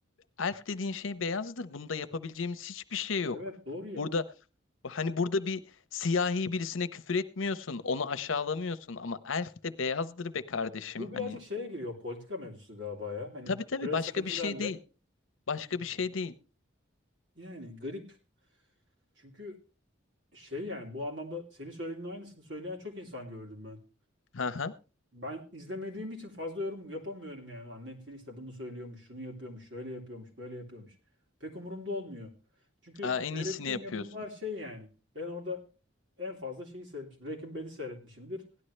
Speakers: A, on the left; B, on the right.
A: Elf dediğin şey beyazdır. Bunda yapabileceğimiz hiçbir şey yok.
B: Evet doğru ya.
A: Burada hani burada bir siyahi birisine küfür etmiyorsun, onu aşağılamıyorsun ama elf de beyazdır be kardeşim
B: Bu birazcık
A: hani.
B: şeye giriyor. Politika mevzusu galiba ya. Hani
A: Tabii tabii
B: küreselcilerle
A: başka bir şey değil. Başka
B: <laughs>
A: bir şey değil.
B: yani garip. Çünkü şey yani bu anlamda senin söylediğin aynısını söyleyen çok insan gördüm ben.
A: Hı hı.
B: Ben izlemediğim için fazla yorum yapamıyorum yani. Lan Netflix de bunu söylüyormuş, şunu yapıyormuş, şöyle yapıyormuş, böyle yapıyormuş. Pek umurumda olmuyor. Çünkü
A: Aa, en
B: seyrettiğim
A: iyisini yapıyorsun.
B: yapımlar şey yani. Ben orada en fazla şeyi seyretmişim. Breaking Bad'i seyretmişimdir.